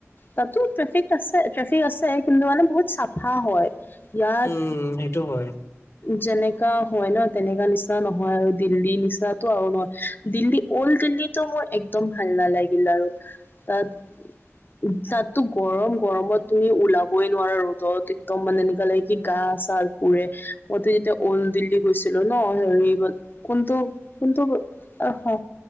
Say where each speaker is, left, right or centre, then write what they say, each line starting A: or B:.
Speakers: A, on the left; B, on the left.
A: তাতো ট্ৰেফিক আছে ট্ৰেফিক আছে কিন্তু মানে বহুত চাফা হয়। ইয়াত
B: উম সেইটো হয়
A: যেনেকা হয় ন তেনেকা নিচিনা নহয় আৰু দিল্লীৰ নিচিনাটো আৰু নহয়। দিল্লী অল্ড দিল্লীতো মোৰ একদম ভাল নালাগিল আৰু। তাত তাতটো গৰম, গৰমত তুমি ওলাবই নোৱাৰা ৰ'দত একদম মানে এইফালে কি গাৰ ছাল পুৰে মইতো যেতিয়া ওল্ড দিল্লীত গৈছিলো ন হেৰি বাট কোনটো কোনটো আহ হ